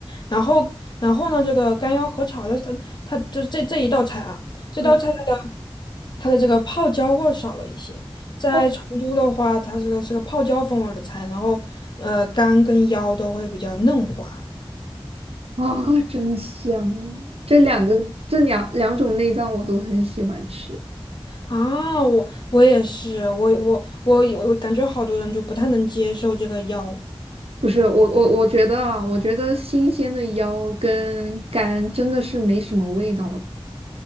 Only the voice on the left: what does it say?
然后，然后呢，这个干腰合炒的，它它就是这这一道菜啊，这道菜它的
它的这个泡椒味儿少了一些。在成都的话，
它这个是个泡椒风味儿的菜，然后呃，肝跟腰都会比较嫩滑。
啊，我我也是，我我我有我感觉好多人就不太能接受这个腰